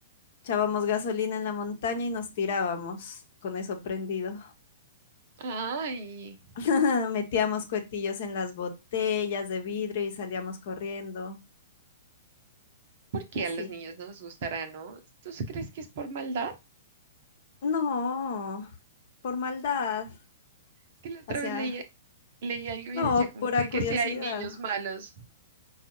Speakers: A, on the left; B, on the right.
A: Echábamos gasolina en la montaña y nos tirábamos con eso prendido.
B: Ay,
A: <laughs> Metíamos cuetillos en las botellas de vidrio y salíamos corriendo.
B: ¿por qué
A: Así.
B: a los niños no les gustará, no? ¿Tú sí crees que es por maldad?
A: No, por maldad,
B: Es que la otra
A: hacia,
B: vez leía, leía algo
A: no,
B: y decía como
A: pura
B: que,
A: curiosidad.
B: que si hay niños malos.